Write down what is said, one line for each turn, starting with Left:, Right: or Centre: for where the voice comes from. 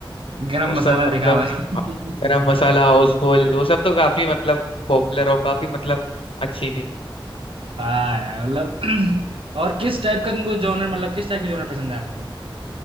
Right: गरम
Left: वो सब
Right: मसाला
Left: मतलब
Right: देखा भाई
Left: गरम मसाला हाउसफुल वो सब तो काफी मतलब पॉपुलर और काफी मतलब अच्छी थी
Right: हाँ यार मतलब <clears throat> और किस टाइप का तुमको जॉनर मतलब किस टाइप का जॉनर पसंद है आपको